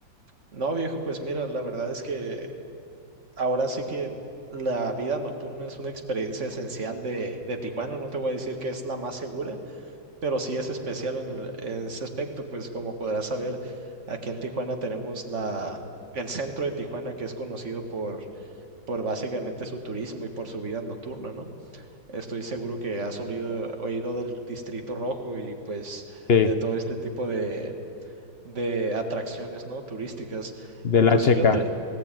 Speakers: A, on the right; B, on the left.
A: No, viejo, pues mira, la verdad es que ahora sí que la vida nocturna es una experiencia esencial de, de Tijuana. No te voy a decir que es la más segura, pero sí es especial en, el- en ese aspecto, pues como podrás saber, aquí en Tijuana tenemos la, el centro de Tijuana que es conocido por, por básicamente su turismo y por su vida nocturna, ¿no? Estoy seguro que has olido- oído del Distrito Rojo y pues
B: Sí,
A: de todo este tipo de, de atracciones, ¿no? Turísticas.
B: de
A: Entonces
B: la checa.
A: yo te,